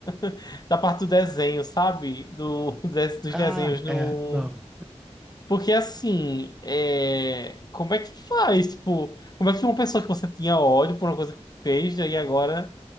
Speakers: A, on the left (about 35°); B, in the centre.
A: <laughs> da parte do desenho, sabe? Do, <laughs> des- dos
B: Ah,
A: desenhos no.
B: é, não.
A: Porque, assim, é... como é que faz? Tipo, como é que uma pessoa que você tinha ódio por uma coisa que fez, e agora.